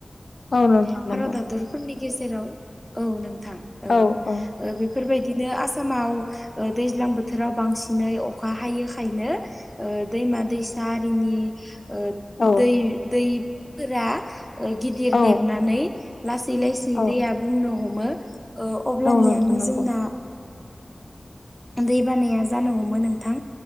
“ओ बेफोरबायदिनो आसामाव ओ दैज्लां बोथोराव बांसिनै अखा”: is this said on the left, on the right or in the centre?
Centre